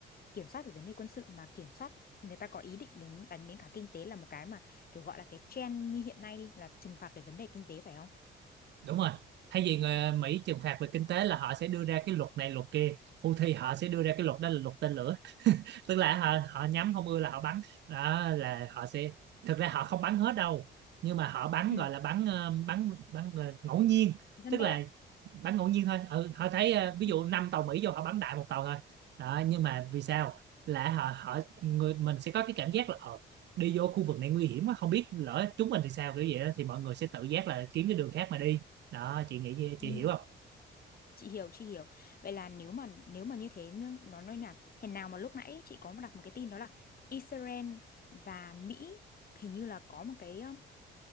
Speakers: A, on the left; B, on the right.
A: kiểm soát về vấn đề quân sự mà kiểm soát người ta có ý định đến đánh đến cả kinh tế là một cái mà kiểu gọi là cái trend như hiện nay đi là trừng phạt về vấn đề kinh tế phải không
B: đúng rồi thay vì người ờ, Mỹ trừng phạt về kinh tế là họ sẽ đưa ra cái luật này luật kia Houthi họ sẽ đưa ra cái luật đó là luật tên lửa tức là họ, họ nhắm không ưa là họ bắn đó là họ sẽ thực ra họ không bắn hết đâu nhưng mà họ bắn
A: Ừ.
B: gọi là bắn ờ, bắn bắn ờ, ngẫu nhiên
A: răn
B: tức
A: đe
B: là bắn ngẫu nhiên thôi ừ, họ thấy ờ, ví
A: Ừ.
B: dụ năm tàu Mỹ vô họ bắn đại một tàu thôi đó nhưng mà vì sao là họ họ người mình sẽ có cái cảm giác là ờ, đi vô khu vực này nguy hiểm quá không biết lỡ chúng mình thì sao kiểu vậy đó thì mọi người sẽ tự giác là kiếm cái đường khác mà đi đó chị nghĩ chị
A: Ừ.
B: hiểu không
A: chị hiểu chị hiểu vậy là nếu mà nếu mà như thế nó nó nói là hèn nào mà lúc nãy chị có đặt một cái tin đó là Israel và Mỹ hình như là có một cái um,